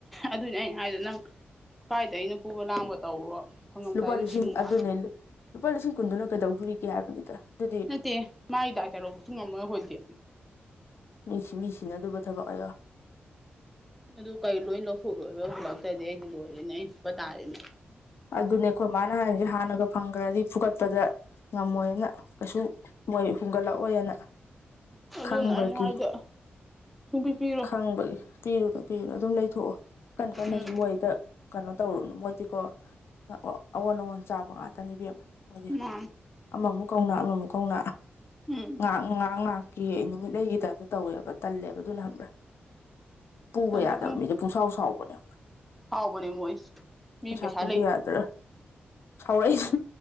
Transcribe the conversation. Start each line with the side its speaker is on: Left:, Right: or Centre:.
Centre: ꯑꯗꯨꯅꯦ ꯑꯩꯅ ꯍꯥꯏꯗꯣ ꯅꯪ ꯀꯥꯏꯗꯩꯅꯣ ꯄꯨꯕ ꯂꯥꯡꯕ ꯇꯧꯔꯣ ꯐꯪꯉꯝꯗꯥꯏꯗ
Left: ꯂꯨꯄꯥ ꯂꯤꯁꯤꯡ
Centre: ꯁꯤꯡꯉꫭ
Left: ꯑꯗꯨꯅꯦ
Centre: ꯍꯥꯏ
Left: ꯂꯨꯄꯥ ꯂꯤꯁꯤꯡ ꯀꯨꯟꯗꯨꯅ ꯀꯩꯗꯧꯗꯨꯔꯤꯒꯦ ꯍꯥꯏꯕꯅꯤꯗ ꯑꯗꯨꯗꯤ
Centre: ꯅꯠꯇꯦ ꯃꯥꯒꯤꯗꯥꯏ ꯀꯩꯅꫭꯕꯨꯛꯁꯨ ꯉꯝꯃꯔꫭꯏ ꯑꯈꯣꯏꯗꯤ
Left: ꯃꯤꯁꯤ ꯃꯤꯁꯤꯅꯗꯨꯏꯕ ꯊꯕꯛ ꯑꯌꯥ
Centre: ꯑꯗꯨ ꯀꯩ ꯂꯣꯏ ꯂꯧꯊꯣꯛꯂꯣꯏꯔ ꯍꯨꯜꯂꯛꯇ꯭ꯔꯗꯤ ꯑꯩꯗꯤ ꯂꯣꯏꯔꯦꯅꯦ ꯑꯩꯅ ꯐꯨꯒꯠ ꯇꯥꯔꯦꯅꯦ
Left: ꯑꯗꯨꯅꯦ ꯑꯈꯣꯏ ꯃꯥꯅ ꯍꯥꯏꯔꯤꯁꯦ ꯍꯥꯟꯅꯒ ꯐꯪꯒꯔꯗꯤ ꯐꯨꯒꯠꯄꯗ ꯉꯝꯃꯣꯏꯅ ꯀꯩꯁꯨ ꯃꯣꯏ ꯍꯨꯟꯒꯠꯂꯛꯑꯣꯏꯅ
Centre: ꯑꯗꯨꯅ
Left: ꯈꯪꯕꯒꯤ
Centre: ꯑꯩꯅ ꯍꯥꯏꯗꯣ ꯁꯨꯡꯄꯤ ꯄꯤꯔꯣꯏ
Left: ꯈꯪꯕꯒꯤ ꯄꯤꯔꯨꯅꯨ ꯄꯤꯔꯨꯅꯨ ꯑꯗꯨꯝ ꯂꯩꯊꯣꯛꯑꯣ ꯀꯟ ꯀꯟꯅꯁꯨ
Centre: ꯎꯝ
Left: ꯃꯣꯏꯗ ꯀꯩꯅꯣ ꯇꯧꯔꯨꯅꯨ ꯃꯣꯏꯗꯤꯀꯣ ꯑꯣ ꯑꯑꯣꯟ ꯑꯑꯣꯟ ꯆꯥꯕ ꯉꯥꯛꯇꯅꯦ ꯏꯕꯦꯝꯃ ꯃꯣꯏꯗꯤ
Centre: ꯃꯥꯅꯤ
Left: ꯑꯃꯃꯨꯛ ꯀꯧꯅ ꯑꯃꯃꯨꯛ ꯀꯧꯅ
Centre: ꯎꯝ
Left: ꯉꯍꯥꯛ ꯉꯍꯥꯛ ꯉꯍꯥꯛꯀꯤ ꯅꯨꯃꯤꯠ ꯂꯩꯒꯤ ꯇꯥꯞꯇ ꯇꯧꯋꯦꯕ ꯇꯜꯂꯦꯕ ꯑꯗꯨꯅ ꯈꯪꯕ꯭ꯔ ꯄꯨꯕ
Centre: ꯇꯜꯂꯤ
Left: ꯌꯥꯗꯕ
Centre: ꯏꯕꯦꯝꯃ
Left: ꯃꯤꯗ ꯄꯨꯡꯁꯥꯎ ꯁꯥꯎꯕꯅꯦ
Centre: ꯁꯥꯎꯕꯅꯦ ꯃꯣꯏꯁꯤ ꯃꯤ
Left: ꯄꯩꯁꯥ
Centre: ꯄꯩꯁ
Left: ꯄꯨꯒꯦ ꯌꯥꯗ꯭ꯔꯒ ꯁꯥꯎꯔꯛꯏꯁ